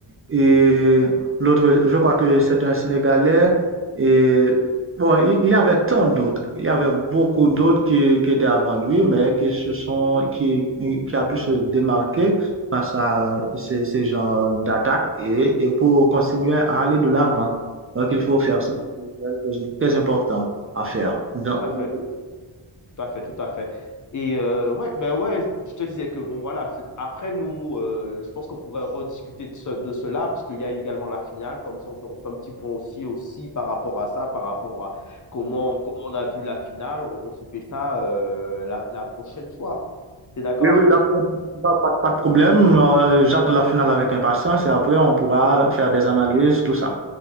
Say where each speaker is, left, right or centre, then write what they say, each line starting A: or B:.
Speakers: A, on the right; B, on the left.
A: et l'autre, je crois que c'est un Sénégalais. Et bon, il, il y avait tant d'autres. Il y avait beaucoup d'autres qui, qui étaient avant lui, mais qui se sont, qui, qui a pu se démarquer par ça, ces ces genres d'attaques et, et pour continuer à aller de l'avant.
B: Tout
A: Donc,
B: à
A: il
B: fait.
A: faut faire ça, c'est quelque chose de très important à faire.
B: Tout,
A: Donc,
B: tout à
A: oui,
B: fait. Tout à fait, tout à fait. Et euh, ouais, ben ouais, je te disais que bon voilà, c'est- après nous, euh, je pense qu'on pourrait rediscuter de, ce- de cela, puisqu'il y a également la finale, comme ça on, peut- on fait un petit point aussi, aussi par rapport à ça, par rapport à comment, comment on a vu la finale, on, on se fait ça euh, la, la prochaine fois. T'es d'accord?
A: oui, d'accord, pas, pas, pas de problème. Euh, J'attends la finale avec impatience et après, on pourra faire des analyses, tout ça.